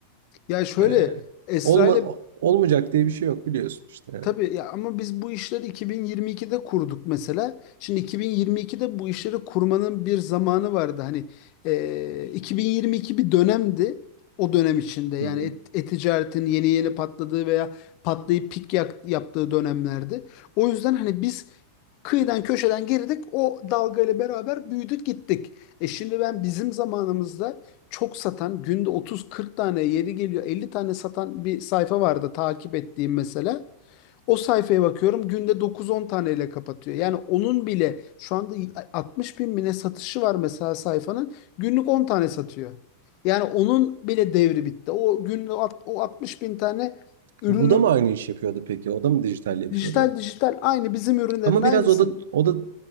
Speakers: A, on the left (about 45°); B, on the right (about 60°).
A: Ya şöyle
B: Ee,
A: Esra
B: olma,
A: ile
B: olmayacak diye bir şey yok biliyorsun işte yani.
A: Tabii ya ama biz bu işleri 2022'de kurduk mesela. Şimdi 2022'de bu işleri kurmanın bir zamanı vardı. Hani e, 2022 bir dönemdi. O dönem içinde yani
B: Hı hı.
A: et- e-ticaretin yeni yeni patladığı veya patlayıp pik yak- yaptığı dönemlerdi. O yüzden hani biz kıyıdan köşeden girdik. O dalgayla beraber büyüdük gittik. E şimdi ben bizim zamanımızda çok satan günde 30-40 tane yeri geliyor 50 tane satan bir sayfa vardı takip ettiğim mesela. O sayfaya bakıyorum günde 9-10 taneyle kapatıyor. Yani onun bile şu anda 60 bin bine satışı var mesela sayfanın. Günlük 10 tane satıyor. Yani onun bile devri bitti. O günlük alt- o 60 bin tane ürünün
B: Bu da mı aynı iş yapıyordu peki? O da mı dijital yapıyordu?
A: dijital dijital aynı bizim ürünlerin
B: Ama
A: aynısın.
B: biraz o da o da